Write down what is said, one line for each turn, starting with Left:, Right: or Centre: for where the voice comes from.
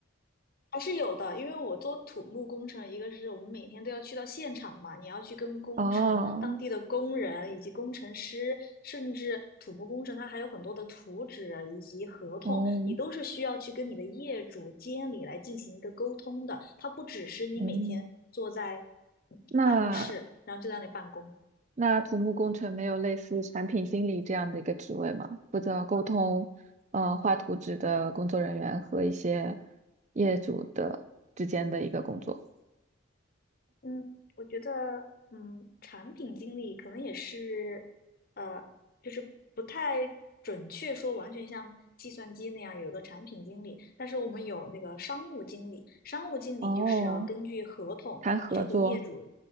Left: 还是有的，因为我做土木工程，一个是我们每天都要去到现场嘛，你要去跟工程、
Right: 哦，
Left: 当地的工人以及工程师，甚至土木工程，它还有很多的图纸啊以及合同，
Right: 哦，
Left: 你都是需要去跟你的业主、监理来进行一个沟通的。它不只是你每天坐在
Right: 嗯，那
Left: 办公室，然后就在那里办公。
Right: 那土木工程没有类似产品经理这样的一个职位吗？负责沟通，呃，画图纸的工作人员和一些业主的之间的一个工作。
Left: 嗯，我觉得，嗯，产品经理可能也是，呃，就是不太准确说完全像计算机那样有一个产品经理，但是我们有那个商务经理，商务经理就是要根据合同去和业主
Right: 哦，谈合作。